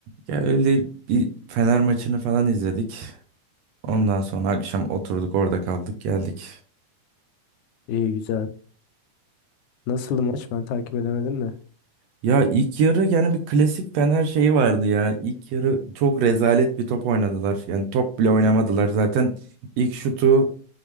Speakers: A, on the right (about 70°); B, on the left (about 80°).
A: Ya öyle bir Fener maçını falan izledik. Ondan sonra akşam oturduk orada kaldık geldik.
B: İyi güzel. Nasıldı maç? Ben takip edemedim de.
A: Ya ilk yarı yani bir klasik Fener şeyi vardı ya. İlk yarı çok rezalet bir top oynadılar. Yani top bile oynamadılar. Zaten ilk şutu